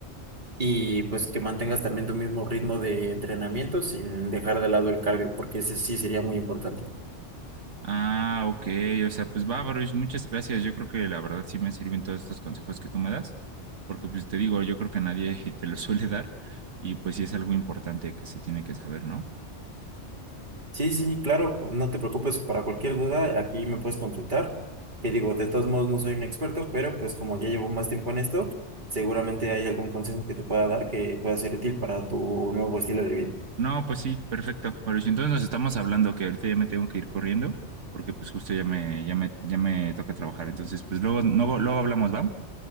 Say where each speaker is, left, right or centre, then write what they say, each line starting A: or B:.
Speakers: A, on the right; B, on the right.
A: y pues que mantengas también tu mismo ritmo de entrenamiento sin dejar de lado el cardio, porque ese sí sería muy importante.
B: Ah, ok, o sea, pues va, Baruch, muchas gracias. Yo creo que la verdad sí me sirven todos estos consejos que tú me das, porque pues te digo, yo creo que nadie <laughs> te los suele dar y pues sí es algo importante que se tiene que saber, ¿no?
A: Sí, sí, claro, no te preocupes para cualquier duda, aquí me puedes consultar. Te digo, de todos modos no soy un experto, pero pues como ya llevo más tiempo en esto, seguramente hay algún consejo que te pueda dar que pueda ser útil para tu nuevo estilo de vida.
B: No, pues sí, perfecto, Baruch. Entonces nos estamos hablando que ahorita ya me tengo que ir corriendo, porque pues justo ya me, ya me, ya me toca trabajar. Entonces, pues luego, luego, luego hablamos, ¿va?